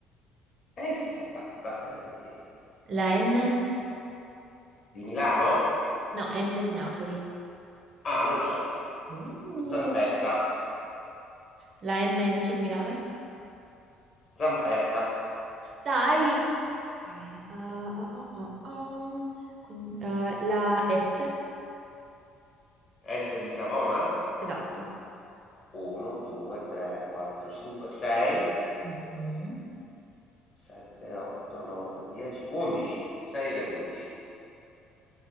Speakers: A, on the left; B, on the right.
A: Eh sì, è batta. Eh, sì.
B: La N?
A: Di Milano?
B: No, N di Napoli.
A: Ah, non c'è.
B: Uh,
A: Zampetta.
B: la M invece di Milano?
A: Zampetta.
B: Dai! Ok, ah, ah, ah, ah, um, quindi, eh, la S?
A: S di Savona?
B: Esatto.
A: 1, 2, 3, 4, 5, 6.
B: Mhm.
A: 7, 8, 9, 10, 11. 6 e 11.